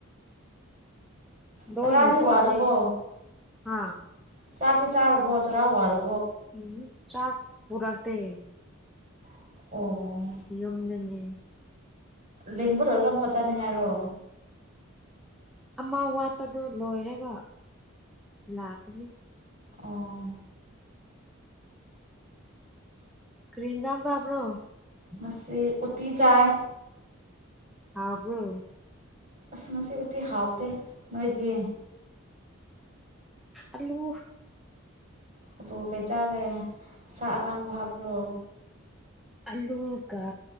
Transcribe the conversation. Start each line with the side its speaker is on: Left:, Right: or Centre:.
Centre: ꯗꯣꯏꯅꯦ
Right: ꯆꯔꯥꯗꯤ
Centre: ꯆꯣꯠꯂꯤ
Right: ꯋꯥꯜꯂꯕꯣ
Centre: ꯍꯥꯥ
Right: ꯆꯥꯛꯇ ꯆꯥꯔꯕꯣꯁꯔꯥꯎꯑꯣ ꯋꯥꯜꯂꯣ
Centre: ꯎꯝ ꯆꯥꯛ ꯄꯨꯔꯗ
Right: ꯑꯣ
Centre: ꯌꯨꯝꯗꯅꯤ
Right: ꯂꯦꯡꯕꯨ ꯂꯣꯏꯔꯒ ꯑꯃꯨꯛꯀ ꯆꯥꯅꯤꯡꯉꯥꯏꯔꯣ
Centre: ꯑꯃ ꯋꯥꯠꯄꯗꯣ ꯂꯣꯏꯔꯒ ꯂꯥꯛꯀꯅꯤ
Right: ꯑꯣ
Centre: ꯀ꯭ꯔꯤꯝꯖꯝ ꯆꯥꯞꯔꯣ
Right: ꯃꯁꯤꯁꯦ ꯎꯇꯤ ꯆꯥꯥꯏ
Centre: ꯍꯕ꯭ꯔꯣ
Right: ꯑꯅ ꯉꯁꯤ ꯎꯇꯤ ꯍꯥꯕꯇ ꯃꯣꯏꯗꯤ
Centre: ꯑꯜꯂꯨ
Right: ꯎꯇ ꯀꯩ ꯆꯥꯎꯦ ꯁꯥꯕꯀ ꯍꯥ ꯐꯔꯣ
Centre: ꯑꯂꯨ ꯀ